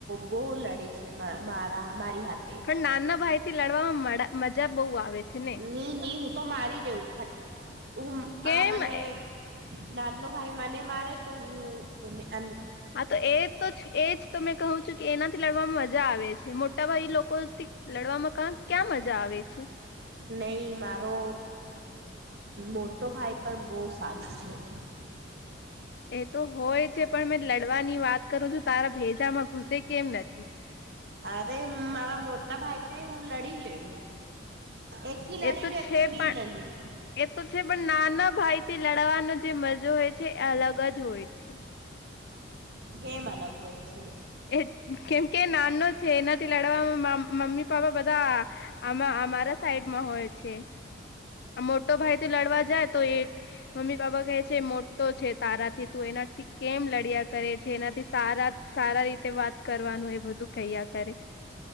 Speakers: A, on the right (about 60°); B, on the left (about 55°).
A: બહુ લડે છે મારા મારી હાથે.
B: પણ નાના ભાઈથી લડવામાં મજા બહુ આવે. છે ને
A: ની ની હું તો મારી દેઉં ફટ હું
B: કેમ
A: આ મને
B: હા
A: નાલો ભાઈ મને મારે તો હું એન અન
B: હા તો એ તો જ એજ તો મેં કહું છું કે એનાથી લડવામાં મજા આવે છે મોટાભાઈ લોકોથી લડવામાં ક ક્યાં મજા આવે છે.
A: નહી મારો મોટો ભાઈ પણ બહુ સારું છે.
B: એ તો હોય છે પણ મેં લડવાની વાત કરું છું તારા ભેજામાં ઘુસે કેમ નથી?
A: અરે મારા મોટા ભાઈ તે હું લડી લે. એક થી લડીલે
B: એ તો છે
A: એક નીંદ
B: પણ
A: લેલી.
B: એ તો છે પણ નાના ભાઈ થી લડવાનો જે મજો હોય છે એ અલગ જ હોય છે.
A: કેમ અલગ હોય છે?
B: એ કેમ કે નાનો છે એનાથી લડવામાં મમ્મી પાપ્પા બધા આ અમારા સાઈડમાં હોય છે. આ મોટો ભાઈ તો લડવા જાય તો એક મમ્મી પાપા કહે છે મોટો છે. તારાથી તું એનાથી કેમ લડિયા કરે છે એનાથી સારા સારા રીતે વાત કરવાનું એ બધું કૈયા કરે.